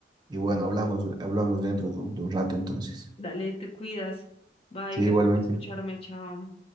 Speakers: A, on the right (about 25°); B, on the left (about 35°).
A: Y bueno, hablamos, hablamos dentro de un de un rato entonces.
B: Dale, te cuidas. Bye,
A: Sí,
B: gracias
A: igualmente.
B: por escucharme. Chao.